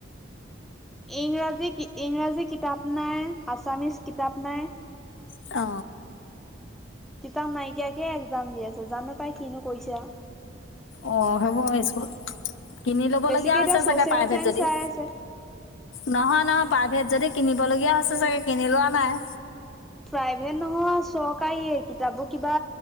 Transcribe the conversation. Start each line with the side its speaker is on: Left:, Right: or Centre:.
Centre: ইংৰাজী ইংৰাজী কিতাপ নাই, আছামিছ কিতাপ নাই।
Left: অ
Centre: কিতাপ নাইকিয়াকে এক্জাম দি আছে জানো পাই কিনো কৈছে আৱ
Left: অ সেইবোৰ হয় স্কুল কিনি ল'বলগীয়া
Centre: বেছিকে
Left: হৈছে
Centre: এতিয়া ছচিয়েল
Left: চাগে প্ৰাইভেট
Centre: চাইন্স
Left: যদি
Centre: চাই আছে
Left: নহয় নহয় প্ৰাইভেট যদি কিনিবলগীয়া হৈছে চাগে কিনি লোৱা নাই
Centre: প্ৰাইভেট নহয় চৰকাৰীয়ে কিতাপবোৰ কিবা